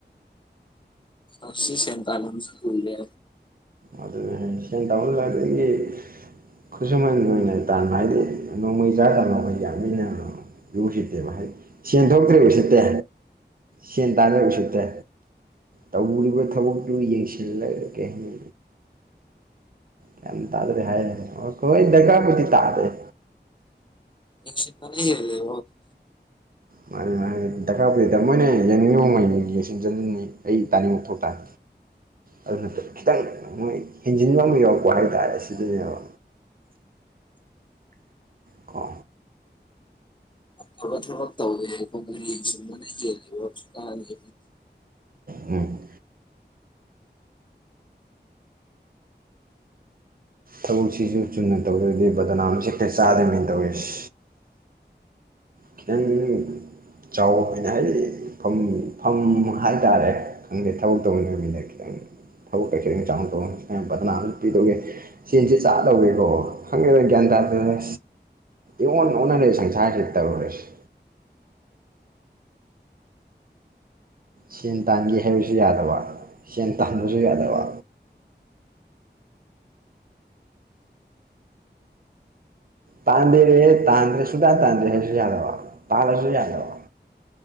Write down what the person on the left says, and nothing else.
ꯑꯁꯤ ꯁꯟꯇꯅꯟꯁ ꯄꯨꯜꯂꯦ
ꯑꯦꯁꯤꯄꯥꯅꯤ ꯍ ꯂꯩ
<unintelligible>
ꯊꯕꯛ ꯊꯕꯛ ꯇꯧꯋꯦ ꯑꯩꯈꯣ ꯃ ꯁꯨꯝꯕꯅ ꯌꯦꯜꯂꯤꯕꯁꯨ ꯀꯥꯅꯤ